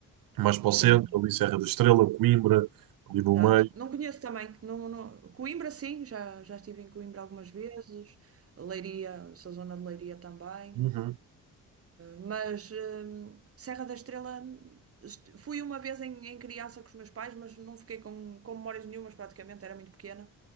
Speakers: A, on the right (about 80°); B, on the right (about 45°).
A: mais para o
B: sim,
A: centro, ali Serra da Estrela, Coimbra, ali no
B: exato.
A: meio.
B: Não conheço também, não, não- Coimbra sim, já, já estive em Coimbra algumas vezes, Leiria, essa zona de Leiria também,
A: Uhum.
B: mas hum, Serra da Estrela est- fui uma vez em, em criança com os meus pais, mas não fiquei com, com memórias nenhumas praticamente, era muito pequena.